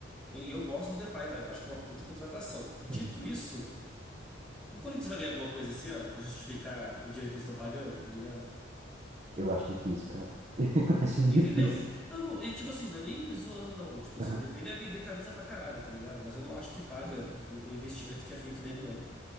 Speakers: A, in the centre; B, on the right.
A: eu, e eu gosto do Depay, tá? Eu acho que é uma puta contratação. Dito
B: Uhum.
A: isso, o Corinthians vai ganhar alguma coisa esse ano pra justificar o dinheiro que eles estão pagando, tá ligado?
B: eu acho difícil, cara. <laughs> Eu acho difícil.
A: Entendeu? Não, não, e tipo assim, não é nem zoando, não. Tipo assim,
B: Aham.
A: o DPI deve vender camisa pra caralho, tá ligado? Mas eu não acho que paga o, o investimento que é feito nele, não.